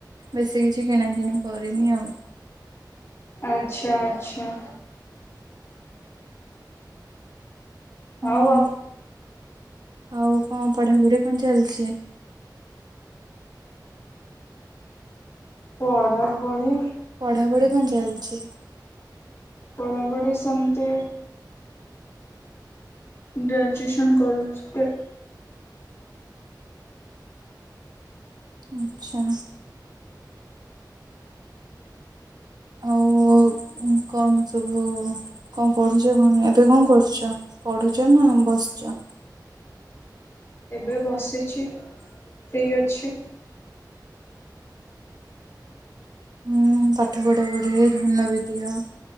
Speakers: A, on the right; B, on the left.
A: ବେଶୀ କିଛି କିଣା କିିଣି କରିନି ଆଉ।
B: ଆଚ୍ଛା ଆଚ୍ଛା।
A: ହୁଁ
B: ଆଉ ଆ
A: ଆଉ କଣ ପଢାପଢି କଣ ଚାଲିଛି?
B: ପଢା ପଢି?
A: ପଢାପଢି କଣ ଚାଲିଛି?
B: ପଢାପଢି ସେମିତି ଗ୍ରାଜୁଏସନ୍ କରୁଛି ତ।
A: ଆଛା। ଆଉ କଣ ସବୁ କଣ ପଢୁଛ କଣ ଏବେ କଣ କରୁଛ ପଢୁଛ ନା ବସିଛ?
B: ଏବେ ବସିଛି ଫ୍ରି ଅଛି।
A: ହୁଁ ପାଠ ପଢାପଢିରେ ଧ୍ୟାନ ବି ଦିଅ।